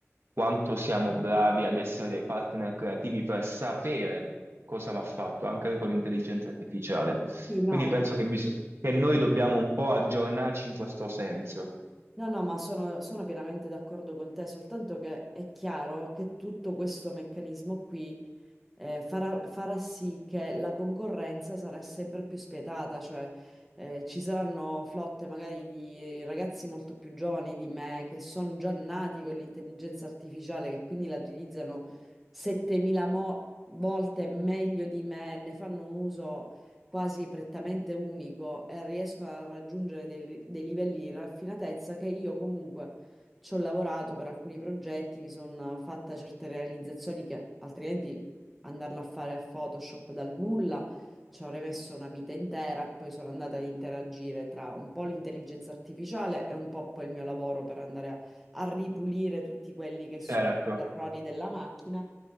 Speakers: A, on the right (about 60°); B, in the centre.
A: quanto siamo bravi ad essere dei partner creativi per sapere cosa va fatto, anche con l'intelligenza artificiale.
B: sì, no.
A: Quindi penso che, bis- che noi dobbiamo un po' aggiornarci in questo senso.
B: No, no, ma sono, sono pienamente d'accordo con te, soltanto che è chiaro che tutto questo meccanismo qui eh, farà, farà sì che la concorrenza sarà sempre più spietata, cioè eh, ci saranno flotte magari di ragazzi molto più giovani di me che sono già nati con l'intelligenza artificiale, che quindi la utilizzano 7000 mo- volte meglio di me, ne fanno un uso quasi prettamente unico e riescono a raggiungere dei, dei livelli di raffinatezza che io comunque... Ci ho lavorato per alcuni progetti, mi sono fatta certe realizzazioni che altrimenti andarla a fare a Photoshop dal nulla ci avrei messo una vita intera e poi sono andata ad interagire tra un po' l'intelligenza artificiale e un po' poi il mio lavoro per andare a, a ripulire tutti quelli che
A: Certo.
B: sono gli errori della macchina